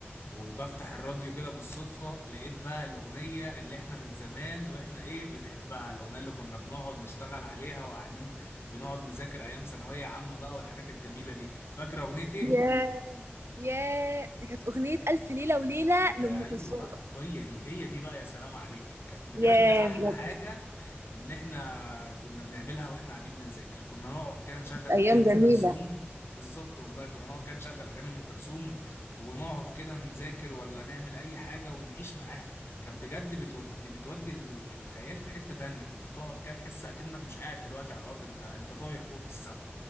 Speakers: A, on the left; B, on the right.
A: وبفتح الراديو كده بالصدفة لقيت بقى الأغنية اللي احنا من زمان واحنا ايه بنحبها الأغنية اللي كنا بنقعد نشتغل عليها وقاعدين بنقعد نذاكر أيام ثانوية عامة بقى والحاجات الجميلة دي فاكرة أغنية ايه؟
B: ياه ياه دي كانت أغنية ألف ليلة وليلة
A: يا
B: لأم
A: ايوه
B: كلثوم
A: بقى هي دي هي دي بقى يا سلام عليك كانت بجد
B: ياه
A: احلى
B: بجد
A: حاجه ان احنا كنا بنعملها واحنا قاعدين بنذاكر كنا نقعد كده نشغل
B: كانت ايام
A: اغاني ام
B: جميله
A: كلثوم بالظبط والله كنا نقعد كده نشغل اغاني ام كلثوم ونقعد كده نذاكر ولا نعمل اي حاجه ونعيش معاها كانت بجد بتودي بتودي ال- الخيال في حته تانية كنت بتقعد كده تحس اكنك مش قاعد دلوقتي على الارض انت انت طاير فوق في السماء